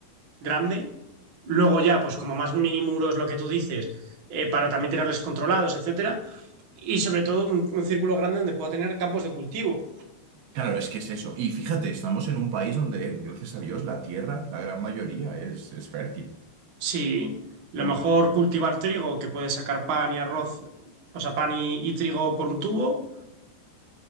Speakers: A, on the right; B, on the right.
A: grande. Luego ya, pues como más mini muros, lo que tú dices, eh, para también tenerles controlados, etcétera. Y sobre todo un, un círculo grande donde pueda tener campos de cultivo.
B: Claro, es que es eso. Y fíjate, estamos en un país donde, gracias a Dios, la tierra, la gran mayoría, es, es fértil.
A: sí lo
B: Entonces,
A: mejor cultivar trigo, que puede sacar pan y arroz, o sea, pan y, y trigo por un tubo,